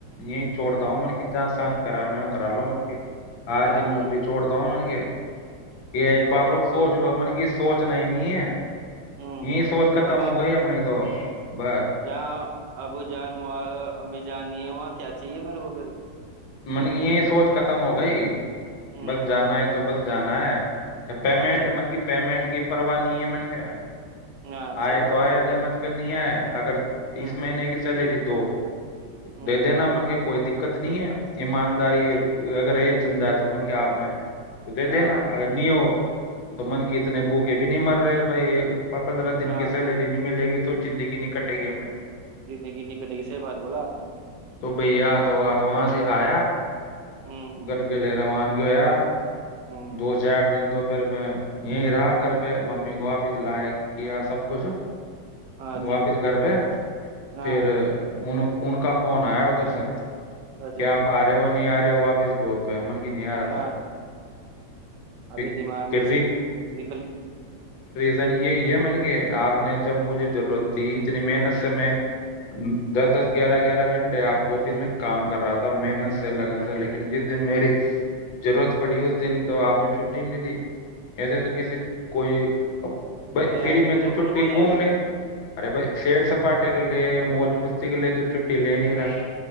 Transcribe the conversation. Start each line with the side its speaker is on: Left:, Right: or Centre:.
Left: یہ چوڑ دا ہوں من کی جہ شان کرانے ہو کرا لو من کے آج
Right: ہاں
Left: نوکری چھوڑ دن کے کہ
Right: صحیح
Left: ایک بار
Right: بات
Left: اور
Right: ہے اس میں
Left: سوچ
Right: کیا
Left: لو م نے کہ سوچنا ہی نہیں ہے
Right: ہوں
Left: یہ سوچ ختم
Right: ماں باپ
Left: ہو گئی اپنی تو بس
Right: جہاں ابو جان ا جانی ہے وہاں کیا چاہیے میرے کو پھر
Left: من کی یہی سوچ ختم ہو گئی
Right: ہوں
Left: بس جانا ہے تو بس جانا ہے پیمنٹ
Right: اچھا
Left: مط کی پیمنٹ کی پرو نہیں ہےمن کیا
Right: ہاں
Left: آئے
Right: صحیح بات
Left: تو آئے
Right: اس میں کیا
Left: نمجھ کر نہیں آئے اگر
Right: ہوں
Left: اس مہینے کی سیلری دو تو
Right: ہوں
Left: دے دینا من کے کوئی دقت نہیں ہے ایمانداری
Right: اچھا
Left: ویرہ زندہ ہے تو من کے آپ میں تو دے
Right: ہاں
Left: دینا اگر نہیں ہو تو من کی اتنے بوکے بھی نہیں مر رہے بھائی پندرہ دن
Right: ہاں
Left: کی سیلری نہیں ملے گی تو تو زندگی نہیں کٹے گی اپنی
Right: جتنی جنی کٹے گی صحیح بات بولا آپ نے
Left: تو بھیا تو آ تو وہاں سے آیا
Right: ہوں
Left: گھر کے لے روان کےیا
Right: ہوں
Left: دو چار دن تو پھر میں یہیں رہا گھر پہ ممی کو آپس لائق کیا سب کچھ
Right: اچھا
Left: واپس کر پئے
Right: ہاں
Left: پھر انن ان کا فون آیا ادھر سے
Right: اچھا
Left: کیا آپ آ رہے ہو نہیں آ رہے ہو واپس جوپ پمن کی نہیں آارا
Right: ہاں
Left: سر
Right: ابھی
Left: کہ
Right: دماغ
Left: کہ
Right: میں سے نکل
Left: یہ ہے م نے کہ آپ نے جب مجھے ضرورت تھی تو اتنی محنت
Right: ہوں
Left: سے میں دس دس گیارہ گیارہ گھنٹے آپ کو میں کام کر رہا تھا محنت سے لگا سر لیکن جس دن میری ضرورت پڑی اس دن تو آپ نے چھٹی رن ت ایسے تو کسی کوئی اپ بائی
Right: ایک
Left: فری میں
Right: دم
Left: تو
Right: سے
Left: چھٹی
Right: کچھ بھی ہو
Left: گھومنے
Right: جائے تو
Left: ارے بھائی شیر سپاٹے کے لیے موج مستی کے لیے تو چھٹی لے نہیں رہا